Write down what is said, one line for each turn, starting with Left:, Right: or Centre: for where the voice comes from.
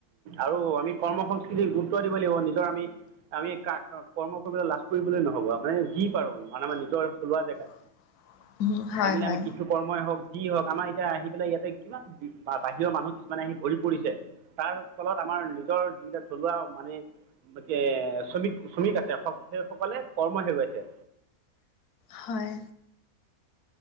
Right: আৰু আমি কৰ্ম সংস্কৃতিৰ গুৰুত্ব দিব লাগিব। নিজৰ আমি আমি কা কৰ্ম কৰিব লাজ কৰিবলৈ নহ'ব। মানে যি পাৰো মানে আমাৰ নিজৰ থলুৱা জেগাত।
Left: <inaudible> হয়,
Right: লাগিলে
Left: হয়,
Right: আমি কিছু কৰ্মই হওক যি হওক আমাৰ এতিয়া আহি ইয়াতে কিমান বাহিৰৰ মানুহ কিছুমানে আহি ভৰি পৰিছে। তাৰ ফলত আমাৰ নিজৰ যিবিলাক থলুৱা মানে কি শ্ৰমিক শ্ৰমিক আছে সেইসকলে কৰ্ম হেৰুৱাইছে।
Left: হয়।